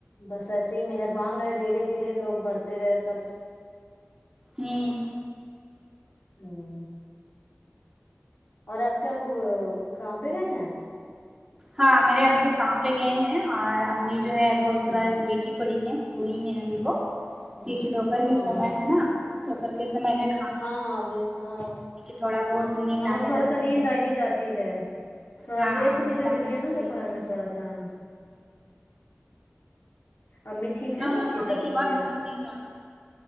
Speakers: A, on the left; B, on the right.
A: بس ایسے ہی مہربان رہے دھیرے دھیرے لوگ بڑھتے رہے سب
B: ہوں
A: ہوں اور آپ کے ابو کام پہ گئے ہیں
B: ہاں میرے ابو کام پہ گئے ہیں اور امی جو ہے وہ
A: ہوں
B: تھوڑا لیٹی پڑی ہیں وہی ہے ابھی وہ
A: ہوں
B: کیونکہ دوپہر کے
A: ہاں
B: سمے
A: ہاں
B: ہے نا دوپہر کے سمےمیں
A: ہاں ہاںب ہاں
B: تھوڑا بہت نیند
A: ہاں
B: آنے
A: تھوڑا
B: لگتی
A: سا نیند
B: ہے
A: آ ہی جاتی ہے تھوڑا
B: ہاں
A: ریسٹ
B: نیند
A: بھی ضروری
B: آنے
A: ہے
B: لگتی
A: نا دوپہر
B: ہوں
A: میں تھوڑا سا ہ امی ٹھیک
B: کھانا
A: ہے نا
B: وانا
A: آپ کی
B: کھانے
A: طبیعت
B: کے بعد نا نیند آنا